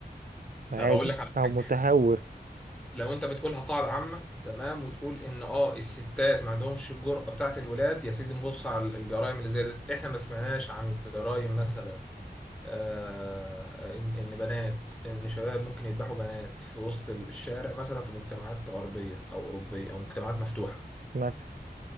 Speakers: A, on the right (about 60°); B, in the centre.
A: عادي
B: طب اقول لك على
A: او
B: حاجه
A: متهور
B: لو انت بتقولها قاعده عامه تمام وتقول ان اه الستات ما عندهمش الجرأه بتاعه الولاد يا سيدي نبص على الجرائم اللي زادت احنا ما سمعناش عن جرائم مثلا آه، إن إن بنات إن شباب ممكن يذبحوا بنات في وسط الشارع مثلا في مجتمعات غربية أو أوروبية أو مجتمعات مفتوحة
A: مثلا